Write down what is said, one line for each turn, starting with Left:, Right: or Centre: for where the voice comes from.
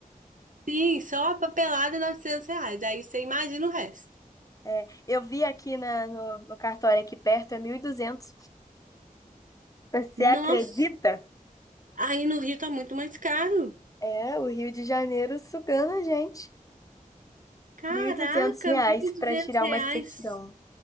Right: Sim, só a papelada 900 reais. Aí você imagina o resto.
Left: É, eu vi aqui na, no, no cartório aqui perto, é mil e duzentos Você
Right: Nossa,
Left: acredita?
Right: aí no Rio tá muito mais caro.
Left: É, o Rio de Janeiro sugando a gente.
Right: Caraca,
Left: mil e duzentos reais
Right: mil e duzentos
Left: para tirar
Right: reais
Left: uma certidão.